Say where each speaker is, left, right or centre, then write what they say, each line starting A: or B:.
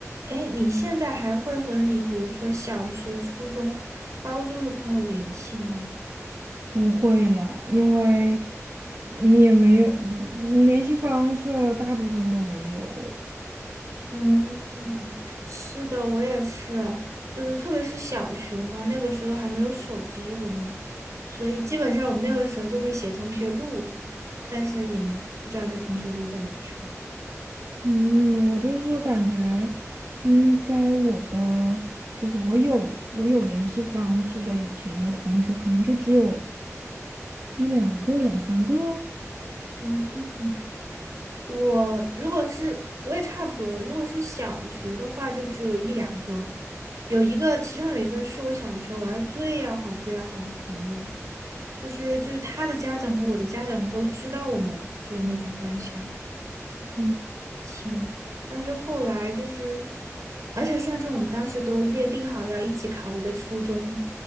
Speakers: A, on the right; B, on the right.
A: 哎，你现在还会和你，比如说小学、初中、高中的朋友联系吗？
B: 不会了，因为嗯也没有嗯联系方式，大部分都没有。
A: 嗯，是的，我也是，就是特别是小学嘛，那个时候还没有手机，我们，所以基本上我们那个时候就会写同学录，但是也不知道那同学录在哪儿去了。
B: 嗯，我就是感觉应该我的就是我有我有联系方式的以前的同学，可能就只有一两个、两三个。
A: 嗯。我如果是我也差不多，如果是小学的话，就只有一两个，有一个，其中有一个是我小学玩儿最要好、最要好的朋友，就是就是他的家长和我的家长都知道我们就是那种关系啊
B: 嗯
A: 亲，但是后来就是，而且甚至我们当时都约定好要一起考一个初中，